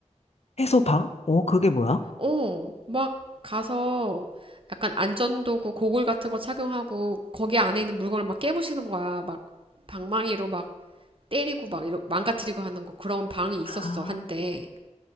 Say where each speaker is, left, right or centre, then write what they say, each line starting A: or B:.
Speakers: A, on the left; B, on the right.
A: 해소방? 어, 그게 뭐야?
B: 어, 막 가서 약간 안전도구, 고글 같은 거 착용하고 거기 안에 있는 물건을 막 깨부시는 거야. 막 방망이로 막 때리고 막 이러, 망가뜨리고 하는 거 그런 방이 있었어,
A: 아,
B: 한때.